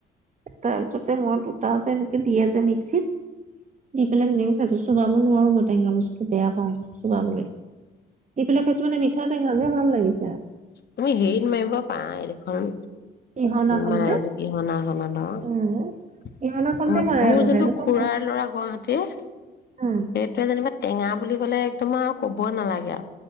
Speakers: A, on the right; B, on the left.
A: তাৰ পিছতে মই দুটা যে এনেকে দিয়ে যে মিক্সিত দি পেলাই সনেে খাইছো চুঙাব নোৱাৰো মই টেঙা বস্তু বেয়া পাও চবাবলৈ স পিলাক খাইছো মানে মিঠা টেঙা যেে ভাল লাগিছে
B: তুমি সেই মাৰিব পাই এইখন
A: পিহনাখন
B: মজ
A: যে
B: কিহনাখননা ধৰ
A: উম পিহনাখনতে
B: উ
A: মাৰে আগতে
B: মোৰ যোনটো
A: এনেকুৱা
B: খুৰাৰ
A: মই
B: ল'ৰা গুৱাহাটীৰ সেইটোৱে
A: উম
B: যেনিবা টেঙা বুলি ক'লে একদম আৰু কবই নালাগে আৰু